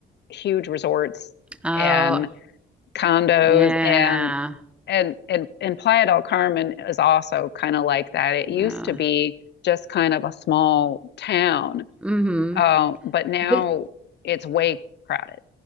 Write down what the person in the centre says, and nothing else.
Oh,
yeah.
Yeah.
mm hmm
But